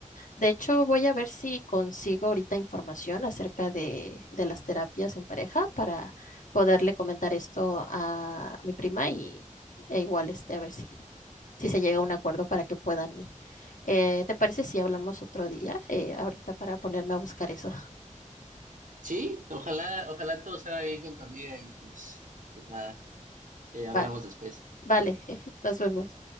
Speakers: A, on the left (about 75°); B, on the right (about 75°).
A: De hecho, voy a ver si consigo ahorita información acerca de, de las terapias en pareja para poderle comentar esto a mi prima y e igual este, a ver si, si se llega a un acuerdo para que puedan ir. Eh, ¿te parece si hablamos otro día? Eh, ahorita para ponerme a buscar eso.
B: Sí, ojalá, ojalá todo salga bien con tu amiga y pues, pues nada, eh, hablamos
A: Vale,
B: después.
A: vale, <laughs> nos vemos.